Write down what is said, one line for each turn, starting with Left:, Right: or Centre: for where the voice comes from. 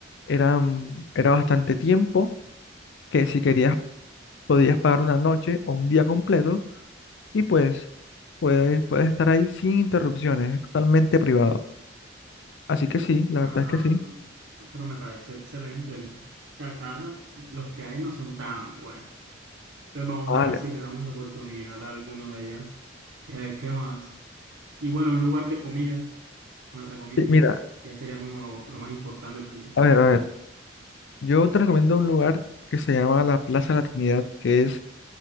Left: eran, era bastante tiempo, que si querías podías pagar una noche o un día completo y pues puedes, puedes estar ahí sin interrupciones, es totalmente privado. Así que sí, la
Right: Ah,
Left: verdad es que sí.
Right: pero me parece excelente, ¿no? O sea, acá tam- los que hay no son tan buenos. Entonces vamos
Left: Ah, Vale.
Right: a ver si le damos la oportunidad a alguno de allá y a ver qué más. Y bueno, un lugar de comida que me recomiendes,
Left: Sí, mira,
Right: que ya sería como lo, lo más importante también.
Left: a ver, a ver, yo te recomiendo un lugar que se llama la Plaza La Trinidad, que es